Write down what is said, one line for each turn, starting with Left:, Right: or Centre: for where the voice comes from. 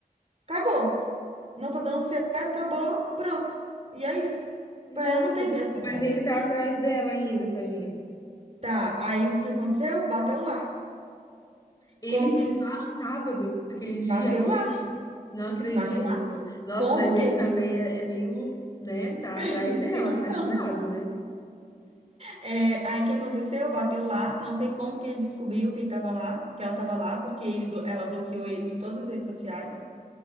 Right: Acabou. Não tá dando certo, acabou, pronto. E é isso.
Left: Nossa,
Right: para ela não tem minhas palavras.
Left: mas ele tá atrás dela ainda, tadinho.
Right: Tá, aí o que aconteceu? Bateu lá.
Left: Ele
Right: Como que
Left: foi
Right: eles.
Left: lá no sábado, aquele dia
Right: Bateu
Left: à noite?
Right: lá,
Left: Não acredito.
Right: bateu lá.
Left: Nossa,
Right: Como
Left: mas ele
Right: que ele.
Left: também é, é meio, né? Tá atrás
Right: <laughs>
Left: dela,
Right: Sem noção,
Left: arrastado,
Right: né?
Left: né?
Right: É, aí o que aconteceu? Bateu lá. Não sei como que ele descobriu que ele tava lá, que ela tava lá, porque ele, blo- ela bloqueou ele de todas as redes sociais.